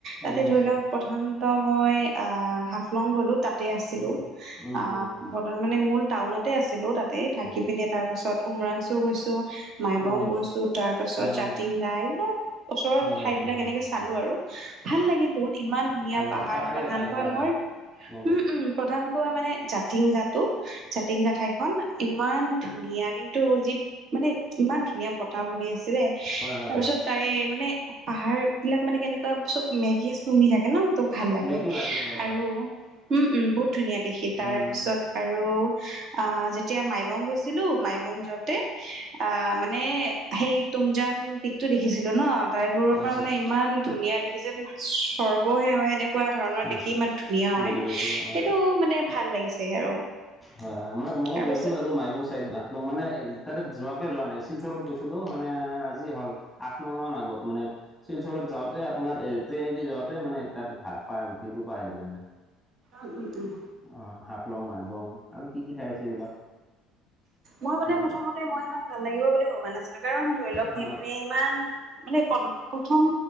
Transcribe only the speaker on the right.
তাতে
ধৰি লওক প্ৰথান মই আহ হাফলং গলো তাতে আছিলো।
আ
ব মানে মূল টাউনতে আছিলো তাতে থাকি
পিনি তাৰ পিছত উমৰাংচু গৈছো মাইবং
গৈছো, তাৰ পাছত
জাতিংগা, এইবিলাক ওচৰৰ
ঠাই
বিলাক
এনেকে
চালো
আৰু ভাল লাগিল বহুত ইমান ধুনীয়া
পাহাৰ,
প্ৰধানকৈ
মোৰ
উম উম প্ৰধান ক মানে জাতিংগাটো জাতিংগা ঠাইখন ইমান ধুনীয়া কিন্তু এইটো যি মানে ইমান ধুনীয়া বতাহ বলি আছিলে
তাৰপিছত
তাই মানে পাহাৰ বিলাক মানে কেনেকুৱা চব মেঘে চুমি থাকে ন ত ভাল লাগে
আৰু উম উম বহুত ধুনীয়া দেখি। তাৰ
পিছত আৰু আহ যেতিয়া মাইবং গৈছিলো মাইবং যাওঁতে অ মানে সেই তুমজাং পিকতটো দেখিছিলো ন তাই দূৰৰ পৰা
মানে
ইমান ধুনীয়া দেখি যেন স্বৰ্গহে হয় এনেকুৱা ধৰণৰ
দেখি ইমান ধুনীয়া হয়।
সেইটো মানে ভাল লাগিছে আৰু।
তাৰপিছত
উম উম উম।
মই মানে
প্ৰথমতে মই ইমান ভাল লাগিব বুলি ভবা নাছিলো কাৰণ ধৰি লওক
সিপিনে ইমান মানে প্ৰত প্ৰথম